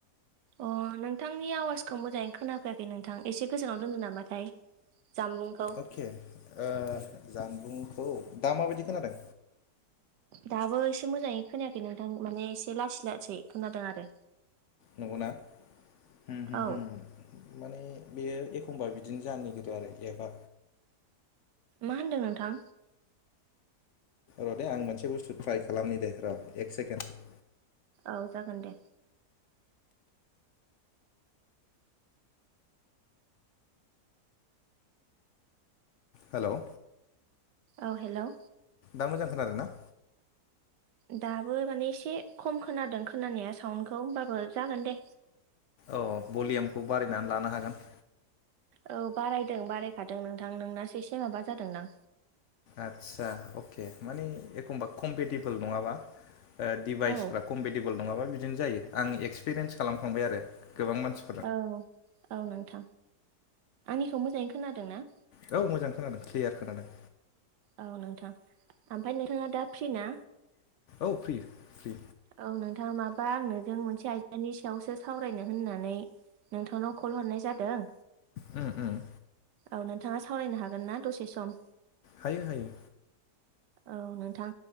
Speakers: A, on the right; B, on the left.
A: अ नोंथांनि आवाजखौ मोजाङै खोनाफैयाखै नोंथां एसे गोजानाव दोनदों नामाथाय? जामबुंखौ
B: अके ओ जानबुंखौ दा माबायदि खोनादों?
A: दाबो एसे मोजाङै खोनायाखै नोंथां माने एसे लासै लासै खोनादों आरो।
B: नंगौना अम अम
A: औ
B: अम माने बेयो एखमबा बिदिनो जानो नागिरो आरो एबा
A: मा होनदों नोंथां
B: र' दे आं मोनसे बुस्थु ट्राइ खालामनि दे र' एक सेकेन्ड
A: औ जागोन दे
B: हेलौ
A: औ हेलौ
B: दा मोजां खोनादों ना
A: दाबो माने एसे खम खोनादों खोनानाया साउन्डखौ होमबाबो जागोन दे
B: औ भलिमखौ बारायनानै लानो हागोन
A: औ बारायदों बारायखादों नोंथां नोंनासो एसे माबा जादोंदां
B: आदसा अके मानि एखमबा कम्पेटेबोल नङाबा ओ डिभाइसफ्रा
A: औ
B: कम्पेटेबोल नङाबा बिदिनो जायो आं एक्सपिरियेन्स खालामखांबाय आरो गोबां मानसि
A: औ औ नोंथां आंनिखौ मोजाङै खोनादों ना
B: औ मोजां खोनादों क्लियार खोनादों
A: औ नोंथां ओमफाय नोंथाङा दा फ्रि ना
B: औ फ्रि फ्रि
A: औ नोंथां माबा आंनोजों मोनसे आयदानि सा यावसो सावरायनो होननानै नोंथांनो कल हरनाय जादों
B: अम अम
A: औ नोंथाङा सावरायनो हागोन ना दसे सम
B: हायो हायो
A: औ नोंथां